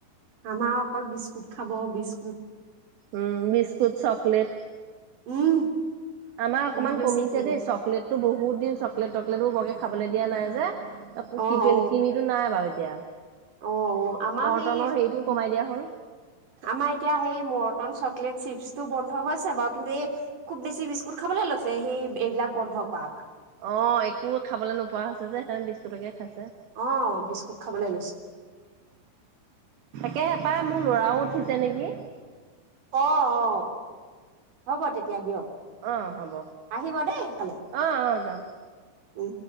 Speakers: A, on the right; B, on the right.
A: আমাৰ অকল বিস্কুট খাব বিস্কুট
B: উম বিস্কুট চকলেট
A: উম
B: আমাৰ অকনমান
A: বহুত বেছি
B: কমিছে
A: কিনি
B: দেই চকলেট টো বহুত দিন চকলেট টকলেট বোৰ বহে খাবলৈ দিয়া নাই যে আপুনি
A: অ
B: কিমি
A: অ
B: কিমিটো নাই বাৰু এতিয়া
A: অ আমাৰ
B: মৰ্টনৰ
A: সেই
B: হেৰিটো কমাই দিয়া হ'ল
A: আমাৰ এতিয়া সেই মৰটন চব চকলেট চিপছটো বন্ধ হৈছে বাৰু কিন্তু এই খুব বেছি বিস্কুট খাবলৈ লৈছে সেই এইবিলাক বন্ধ কৰা পৰা
B: অ একো খাবলৈ নোপোৱা হৈছে যে সেইকাৰণে বিস্কুটকে খাইছো
A: অহ বিস্কুট খাবলৈ লৈছো
B: তাকেহেপাই মোৰ ল'ৰাও উঠিছে নেকি
A: অ অ হ'ব তেতিয়া দিয়ক
B: অ হ'ব
A: আহিব দেই এইফালে
B: অ অ যাম
A: উম